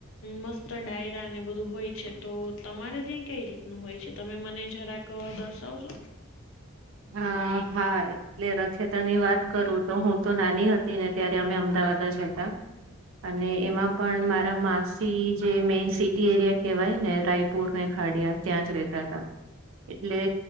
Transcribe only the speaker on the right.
હા, હા. એટલે, રથયાત્રાની વાત કરું તો, હું તો નાની હતી ને, ત્યારે અમે અમદાવાદ જ હતા. અને એમાં પણ, મારા માસી જે મેન સિટી એરિયા કહેવાય ને રાય- -પૂરને ખાડિયા ત્યાં જ રેતા તા. એટલે